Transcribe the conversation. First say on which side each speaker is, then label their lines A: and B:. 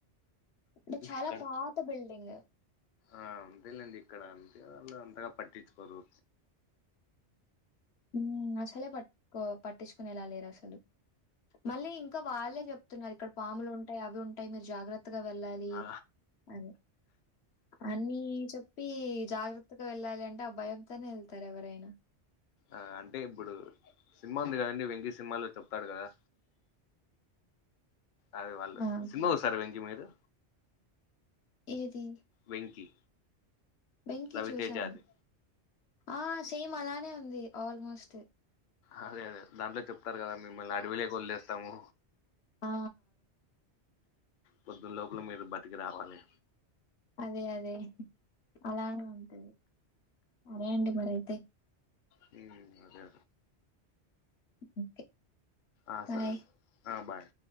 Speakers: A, on the left (about 70°); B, on the left (about 55°).
A: అంటే చాలా
B: ఇక్కడ
A: పాత బిల్డింగ్
B: ఆ అంతేలేండి ఇక్కడ అంతే వాళ్ళు అంతగా పట్టించుకోరు
A: ఊమ్ అసలే పట్కో పట్టించుకునేలా లేరు అసలు మళ్ళీ ఇంకా వాళ్ళే చెప్తున్నారు ఇక్కడ పాములు ఉంటాయి అవి ఉంటాయి మీరు జాగ్ర కొత్తగా వెళ్ళాలి
B: ఆ
A: అని అన్ని చెప్పి జాగ్రత్తగా వెళ్ళాలి అంటే ఆ భయంతోనే వెళ్తారు ఎవరైనా
B: ఆ అంటే ఇప్పుడు సినిమా ఉంది కదండి వెంకీ సినిమాలో చెప్తాడు కదా అదే వాళ్ళు
A: ఆ!
B: సినిమా చూసారు వెంకి మీరు
A: ఏది
B: వెంకీ
A: వెంకి
B: రవితేజ
A: చూశాను
B: అది
A: ఆ సేమ్ అలానే ఉంది ఆల్మోస్ట్
B: అదే అదే దాంట్లో చెప్తారు కదా మిమ్మల్ని అడవిలో కి వదిలేస్తాము
A: ఆ
B: పొద్దున్న లోపల మీరు బతికి రావాలి
A: అదే అదే అలానే ఉంటుంది సరే అండి మరి అయితే
B: హుమ్ అదే
A: ఓకే
B: ఆ
A: బాయ్.
B: సరే ఆ బాయ్